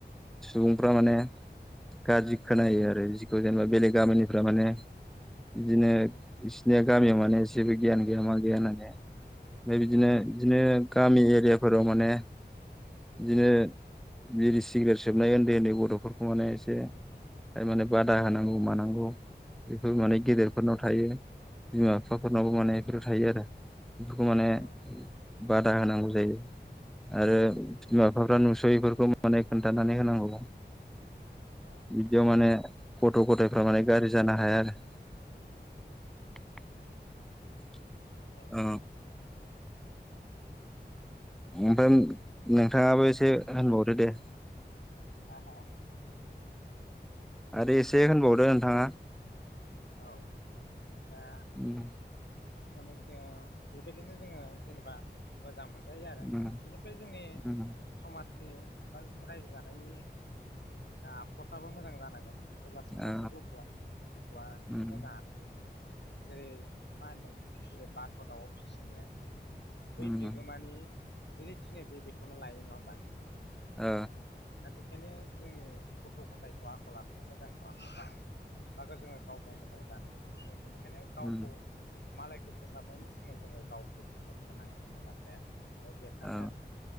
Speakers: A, in the centre; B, on the left.
A: सुबुंफ्रा माने गाज्रि खोनायो आरो जिखौ जेनेबा बेलेग गामिनिफ्रा माने बिदिनो बिसिनिया गामियाव माने एसेबो गियान गैया मा गैया होननानै ओमफ्राय
B: औ
A: बिदिनो
B: नंगौ
A: बिदिनो गामि एरिया फोराव माने बिदिनो बिरि सिग्रेट सोबनाय उन्दै उन्दै गथ'फोरखौ माने एसे माने बादा होनांगौ मानांगौ बेफोर माने गेदेरफोरनाव थायो बिमा बिफाफोरनावबो माने बेफोरो थायो आरो खौ माने
B: औ
A: बादा होनांगौ जायो आरो बिमा बिफाफ्रा नुसयिफोरखौ माने खोन्थानानै होनांगौ
B: औ
A: बिदियाव माने गथ' गथायाइफ्रा माने गारजि जानो हाया आरो <inaudible> <unintelligible>
B: औ
A: ओ ओमफ्राय नोंथाङाबो एसे होनबावदो दे
B: हा हा
A: आरो एसे होनबावदो नोंथाङा
B: औ दा
A: उम
B: <unintelligible> बेबायदिनो जोङो जेनेबा मोजां मोन <unintelligible>
A: उम
B: बेनिफ्राय जोंनि
A: उम
B: समाज बा रायजो जानायनि आखुफ्राबो मोजां जानांगोन अब्लासो सासे
A: ओ
B: गथ'आ गथ'आ नोङो
A: उम
B: मोजां जेरै मा होनदों जेरै बाथ' दाउआव फिसिनाया बै
A: उम
B: बिगोमानि
A: ओ
B: जेरै थिनो बे बेखौनो लायो नङा होमबा?
A: ओ
B: दा बेखायनो जोंनि गथ' गथायखौ आखल आखु मोजां खालामनो थाखाय बा जोङो गावबो मोजां जानोबा जों बेनो ओंखायनो गावखौ
A: उम
B: मालायखौ फोसाबनायनि सिगां जोङो गावखौ फोसाबग्रोनांगोन होननाय बाथ्राया बेयाव बेरखाङो
A: औ
B: आरो